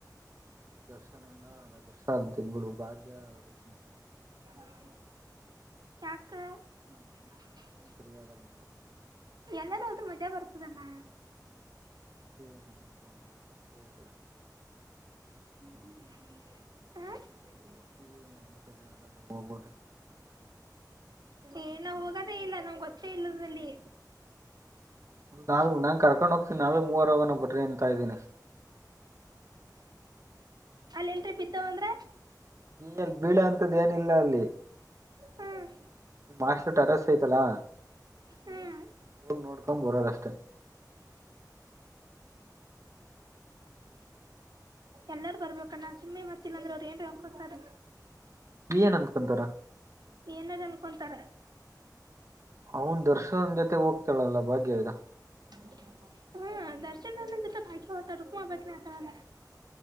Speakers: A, on the right; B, on the right.
A: ದರ್ಶನ ಅಣ್ಣಾ ನಾ ದರ್ಶ ಅಂತೀನಿ ಬಿಡು ಭಾಗ್ಯ. <unintelligible>
B: <inaudible>
A: ಸರಿಯಾದಲ್ಲಂಗ.
B: ಎಲ್ಲಾರ ಹೋದ್ರರ ಮಜಾ ಬರ್ತದ ಅಣ್ಣಾ.
A: <inaudible>
B: <inaudible> ಹ.
A: <inaudible>
B: ಏ ನಾ ಹೋಗದೇ ಇಲ್ಲ ನಮ್ಗೆ ಗೊತ್ತೇ ಇಲ್ಲದ್ರಲ್ಲಿ.
A: ನಾವು ನಾನ್ ಕರ್ಕೊಂಡ ಹೋಗ್ತೀನ ನಾವೇ ಮೂವರ ಹೋಗನ ಬರ್ರಿ ಅಂತ ಇದೀನಿ.
B: ಅಲ್ಲ ಇಂತ್ರ ಬಿದ್ದಾವಂದ್ರ.
A: ನಿನ್ ಮ್ಯಾಲ್ ಬೀಳ ಅಂತದ್ ಏನಿಲ್ಲ ಅಲ್ಲಿ.
B: ಹ್ಮ್
A: ಮಾಸ್ಟರ್ ಟ್ಯರಸ್ ಐತಲಾ.
B: ಹ್ಮ್
A: ಹೋಗಿ ನೋಡ್ಕೊ ಬರೋದಷ್ಟೇ.
B: ಎಲ್ಲಾರ ಬರ್ಬೇಕಣ್ಣ ಸುಮ್ಮ್ನೆ ಮತ್ತಿಲ್ಲ ಅಂದ್ರೆ ಅವ್ರು ಏನ್ರ ಅನ್ಕೋತಾರ.
A: ಏನ್ ಅತ್ಕೊಂತಾರ.
B: ಏನಾರ್ ಅನ್ಕೊತಾರ.
A: ಅವನ್ ದರ್ಶನ್ ಜೊತೆ ಹೋಗ್ತಾಳಲ್ಲ ಭಾಗ್ಯ ಈಗ.
B: <inaudible> ಹ್ಮ. ದರ್ಶನನ್ನ ಜೊತೆ ಭಾಗ್ಯ ಹೋಗ್ತಾಳ ರುಕ್ಮಾ ಒಬ್ಬಕ್ಕೆ ಆಗ್ತಾಳಲ್ಲ.